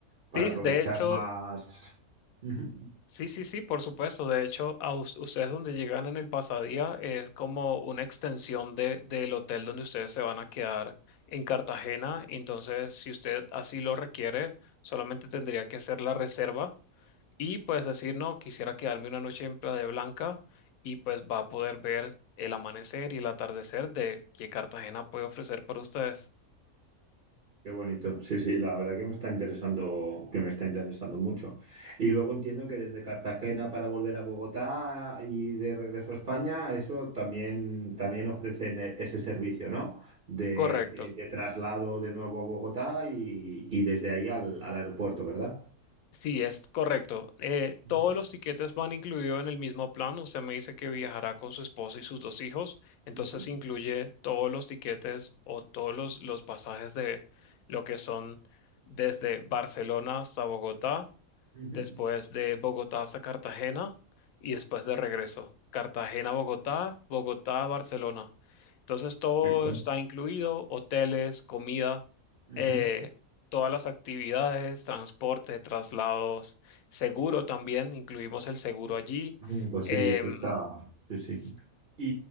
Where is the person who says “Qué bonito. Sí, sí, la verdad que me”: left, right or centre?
Right